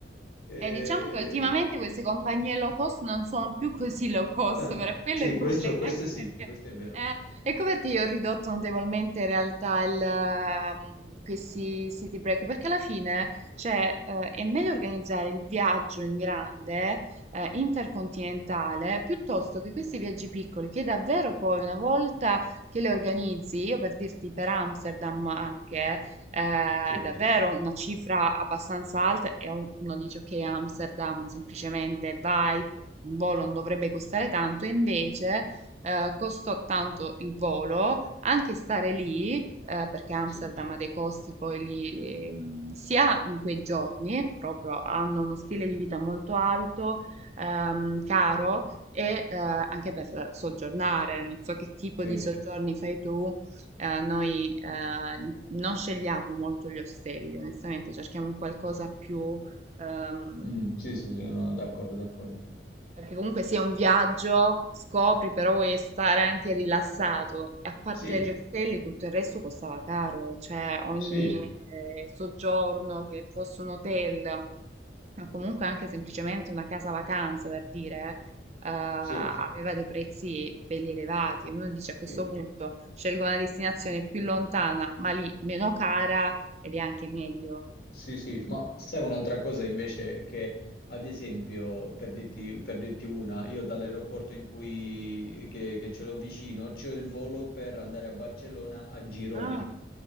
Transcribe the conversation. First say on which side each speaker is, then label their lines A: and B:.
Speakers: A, on the left; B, on the right.
A: Eh,
B: E diciamo che ultimamente queste compagnie low cost non sono più così low cost,
A: eh,
B: per quello
A: sì,
B: è il
A: questo,
B: problema.
A: questo
B: <laughs> Ecco
A: sì,
B: perché,
A: questo è vero.
B: eh, ecco perché io ho ridotto notevolmente in realtà il, ehm, questi city break, perché alla fine, cioè, eh, è meglio organizzare il viaggio in grande, eh, intercontinentale, piuttosto che questi viaggi piccoli, che davvero poi una volta che li organizzi, io per dirti per Amsterdam anche eh,
A: Sì,
B: davvero una cifra abbastanza alta e un- uno dice ok, Amsterdam semplicemente vai, un volo non dovrebbe costare tanto, e invece eh, costò tanto il volo, anche stare lì, eh, perché Amsterdam
A: sì,
B: ha dei costi poi lì, ehm, sia in quei giorni, proprio hanno uno stile di vita molto alto, ehm, caro, e eh, anche per eh, soggiornare, non so che tipo
A: sì,
B: di soggiorni fai tu, eh, noi eh, non scegliamo molto gli ostelli, onestamente cerchiamo un qualcosa più ehm,
A: Mm, sì, sì, sono d'accordo, d'accordo.
B: perché comunque sia un viaggio, scopri, però vuoi stare anche rilassato. E a parte
A: Sì,
B: gli ostelli, tutto il resto costava caro, cioè ogni
A: sì,
B: eh, soggiorno, che fosse un hotel, o comunque anche semplicemente una casa vacanza, per dire, eh, aveva
A: sì,
B: dei prezzi belli elevati. Uno dice a questo
A: sì.
B: punto scelgo una destinazione più lontana, ma lì meno cara ed è anche meglio.
A: Sì, sì, ma sai un'altra cosa invece che, ad esempio, per dirti, per dirti una, io dall'aeroporto in cui che, che ce l'ho vicino, c'ho il volo per andare a Barcellona a Girona.
B: Ah,